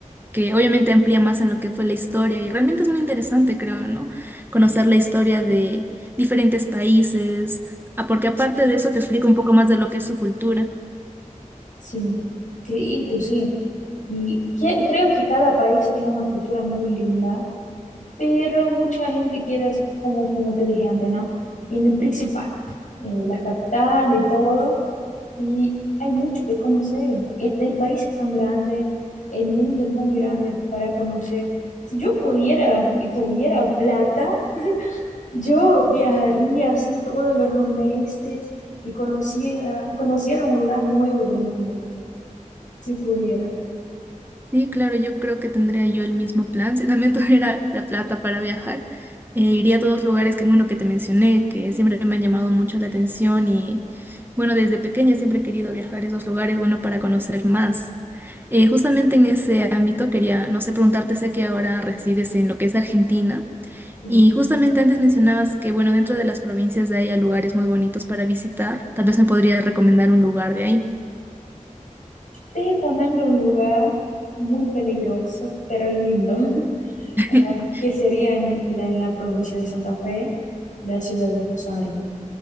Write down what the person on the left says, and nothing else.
sí. Y, y tú sí. Y que- creo que cada país tiene una cultura muy linda pero mucha gente queda, as- como, como te dije antes, ¿no? En el principal, en la capital y todo, y hay mucho que conocer. E- El país es tan grande, el mundo es muy grande para conocer. Si yo pudiera y tuviera plata, yo viajaría así todos los meses y conocía, conociera un lugar nuevo del mundo, si pudiera.
Sí.
Te recomiendo un lugar muy peligroso, pero lindo. <laughs>
que sería en la, en la provincia de Santa Fe, la ciudad de Rosario.